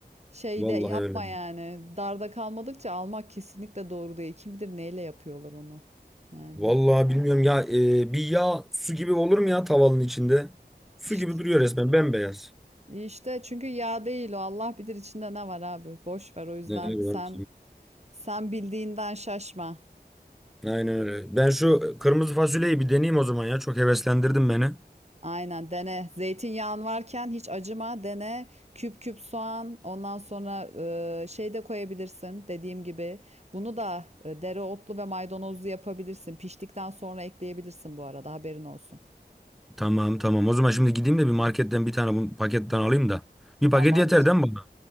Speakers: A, on the right; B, in the centre.
A: Şeyde
B: Vallahi
A: yapma
B: öyle.
A: yani. Darda kalmadıkça almak kesinlikle doğru değil. Kim bilir neyle yapıyorlar onu. Yani.
B: Vallahi bilmiyorum ya. e, bir yağ su gibi olur mu ya tavanın içinde? Su
A: işte
B: gibi duruyor resmen bembeyaz.
A: İşte çünkü yağ değil o. Allah bilir içinde ne var abi. Boş ver o yüzden
B: Ne bileyim.
A: sen sen bildiğinden şaşma.
B: Aynen öyle. Ben şu kırmızı fasulyeyi bir deneyeyim o zaman ya. Çok heveslendirdin beni.
A: Aynen dene. Zeytinyağın varken hiç acıma dene. Küp küp soğan ondan sonra e, şey de koyabilirsin dediğim gibi. Bunu da e, dereotlu ve maydanozlu yapabilirsin. Piştikten sonra ekleyebilirsin bu arada haberin olsun.
B: Tamam tamam. O zaman şimdi gideyim de bir marketten bir tane bu paketten alayım da. Bir
A: Tamamdır.
B: paket yeter değil mi bana?